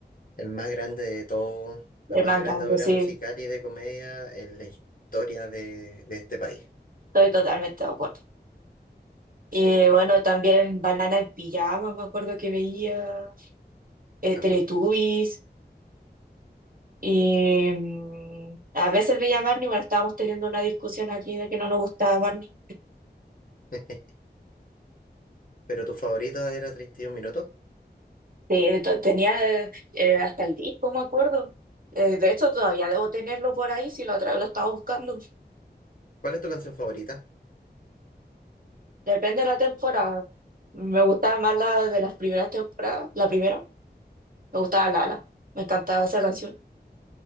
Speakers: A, on the left (about 55°); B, on the right (about 55°).
A: el más grande de todo, la
B: el
A: más
B: más
A: grande
B: grande,
A: obra
B: sí,
A: musical y de comedia en la historia de, de este país.
B: estoy totalmente de acuerdo. Y
A: Sí,
B: bueno,
A: sí,
B: también Banana en Pijama, me acuerdo que veía, eh,
A: también.
B: Teletubbies. Y mm, a veces veía a Barney, bueno, estábamos teniendo una discusión aquí de que no nos gustaba Barney.
A: <laughs> Pero tu favorito era 31 minutos.
B: Sí, de to- tenía eh, hasta el disco, me acuerdo. Eh, de hecho, todavía debo tenerlo por ahí si lo otra vez lo estaba buscando.
A: ¿Cuál es tu canción favorita?
B: Depende de la temporada. Me gustaba más la de las primeras temporadas. La primera, me gustaba Lala. Me encantaba esa canción.